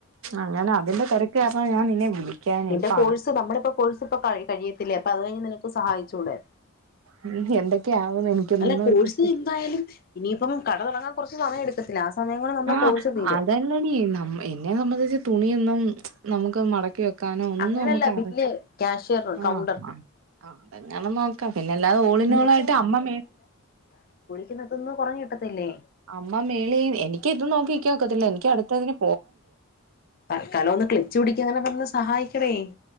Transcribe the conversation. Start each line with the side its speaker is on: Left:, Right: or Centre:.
Right: അങ്ങനെ അതിന്റെ തിരക്ക് കാര്ണ ഞാൻ നിന്നെ വിളി ക്കാനാ
Left: നിന്റെ
Right: ഇപ്പ
Left: കോഴ്സ് നമ്മളിപ്പോ കോഴ്സ് ഇപ്പൊ കഴിയത്തില്ലേ അപ്പൊ അത് കഴിഞ്ഞ് നിനക്ക് സഹായിച്ചൂടെ
Right: ഉം എന്തൊക്കെ ആവുന്നു എനിക്കൊന്നും
Left: അല്ല കോഴ്സ്
Right: ഒരു പ്രശന
Left: എന്തായാലും ഇനിയിപ്പം കട തുടങ്ങാൻ കുറച്ച് സമയം എടുക്കത്തില്ല ആ സമയം കൊണ്ട് നമ്മുടെ
Right: ആഹ്
Left: കോഴ്സ് തീരും
Right: അതന് അനിയെ നം ഇന്നെ സംബന്ധിച്ച് തുണിയൊന്നും നമുക്ക് മടക്കി വെക് ക്കാനോ ഒന്നും
Left: അങ്ങനല്ല
Right: മ്മക്ക്റി
Left: ബില്ല് ക്യാഷ്യർ
Right: ആഹ്
Left: കൗണ്ടർ
Right: ആഹ് ആഹ് അതെങ്ങന നോക്കതില്ല പിന്നല്ലാതെ ഓളിനോളായിട്ട്
Left: എന്ന്
Right: അമ്മ മേ
Left: തിനതുന്ന് കുറഞ്ഞ് കിട്ടത്തില്ലേ
Right: അമ്മ മേളേ എനിക്ക് ഇതും നോക്കിക്ക ഒക്കത്തില്ല എനിക്കടുത്തതിന്
Left: തൽക്കാലവൊന്ന് ക്ലിച്ചു പിടിക്കങനെന്ന് സഹായിക്കണേ